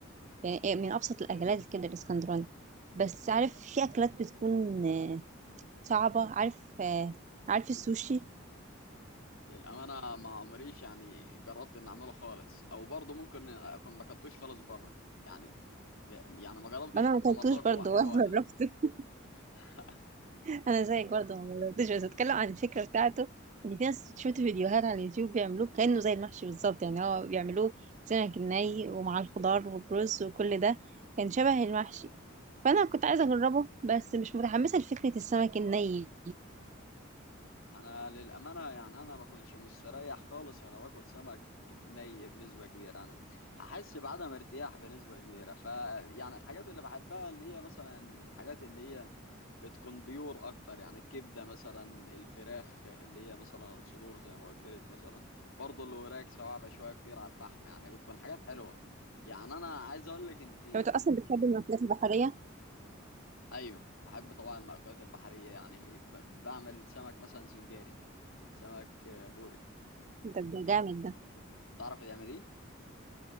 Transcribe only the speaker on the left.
للأمانة ما عمريش يعني جربت إن أعمله خالص أو برضه ممكن أكون ما كنتوش خالص بره يعني لا- يعني ما جربتش
حتى
ما أذوق
هو حلو
ولا لأ
<laughs>
انا للامانه يعني انا ما كنتش مستريح خالص وانا باكل سمك ني بنسبه كبيره انا هحس بعدم ارتياح بنسبه كبيره ف يعني الحاجات اللي بحبها اللي هي مثلا الحاجات اللي هي بتكون بيور اكتر يعني الكبده مثلا الفراخ اللي هي مثلا الصدور زي ما قلت لك مثلا برضه اللي وراك صوابع شويه كتير على الفحم يعني بتكون حاجات حلوه يعني انا عايز اقول لك انت
ايوه بحب طبعا المأكولات البحريه يعني ب... بعمل سمك مثلا سنجاري سمك بوري
تعرف تعمل ايه؟